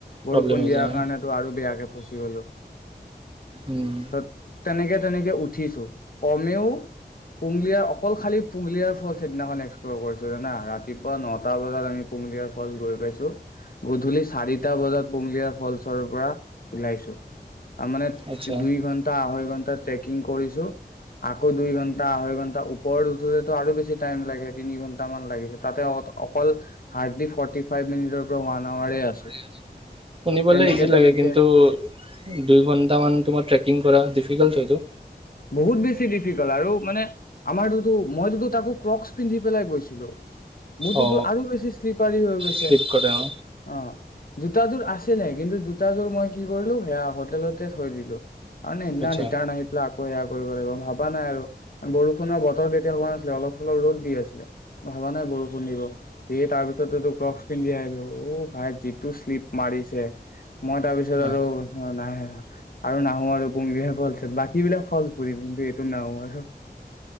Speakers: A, on the right; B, on the left.
A: প্ৰব্লেম
B: বৰষুণ
A: হৈ
B: দিয়াৰ
A: যায় অ
B: কাৰণেটো আৰু বেয়াকে ফচি গলো।
A: উম।
B: ত তেনেকে তেনেকে উঠিছো, কমেও পুঙলিয়াৰ অকল খালি পুংলিয়াৰ ফল সেইদিনাখন এক্সপ্লৰ কৰিছো জানা, ৰাতিপুৱা নটা বজাত আমি পুংলিয়াৰ ফল গৈ পাইছো। গধূলি চাৰিটা বজাত পুংলিয়াৰ ফলচৰ পৰা ওলাইছো। তাৰ মানে
A: আচ্ছা
B: দুই ঘন্টা, আঢ়ৈ ঘন্টা ট্ৰেক কিং কৰিছো আকৌ দুই ঘন্টা, আঢ়ৈ ঘন্টা ওপৰত উঠোতেটো আৰু বেছি টাইম লাগে, তিনি ঘন্টামান লাগিছে তাতে অ', অকল হাৰ্ডলি ফৰ্টি ফাইভ মিনিটৰ পৰা ওৱান আৱাৰে আছো।
A: থিক আছে শুনিবলে
B: তেনেকে
A: ইজি লাগে,
B: তেনেকে
A: কিন্তু দুই ঘন্টা মান তোমাৰ ট্ৰেকিং কৰা ডিফিকাল্ট হয়তো।
B: বহুত বেছি ডিফিকাল্ট আৰু মানে আমাৰতোটো, মইতোটো তাকো ক্ৰক্চ পিন্ধি পেলাই গৈছিলো। মোৰটোতো
A: অ
B: আৰু বেছি শ্লিপাৰী হৈ গৈছে,
A: শ্লিপ কৰে অ
B: অ'। জোতাযোৰ আছিলে কিন্তু জোতাযোৰ মই কি কৰিলো, সেয়া হোটেলতে থৈ দিলো। আন এদিনাখন
A: আচ্ছা
B: ৰিটাৰণ আহি পেলাই আক কৌ কোৰিয়াৰ কৰিব লাগিব ভাবা নাই আৰু। বৰষুণৰ বতৰ তেতিয়া হোৱা নাছিলে, অলপ চলপ ৰ'দ দি আছিলে। ভবা নাই বৰষুণ দিব, সেয়ে তাৰ পিছতেটো ক্ৰক্স পিন্ধি আহিলো, অ' ভাই যিটো শ্লিপ মাৰিছে মই তাৰপিছত
A: অ
B: আৰু নাই সেয়া আৰু নাহো আৰু পুংলিয়াৰ ফলচত বাকী বিলাক ফল ঘুৰিম কিন্তু এইটো নাহো আৰু